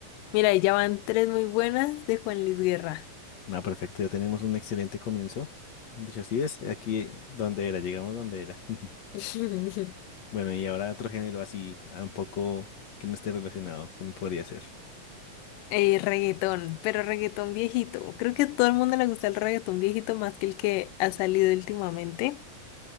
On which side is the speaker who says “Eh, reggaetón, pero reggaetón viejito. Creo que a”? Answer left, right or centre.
Left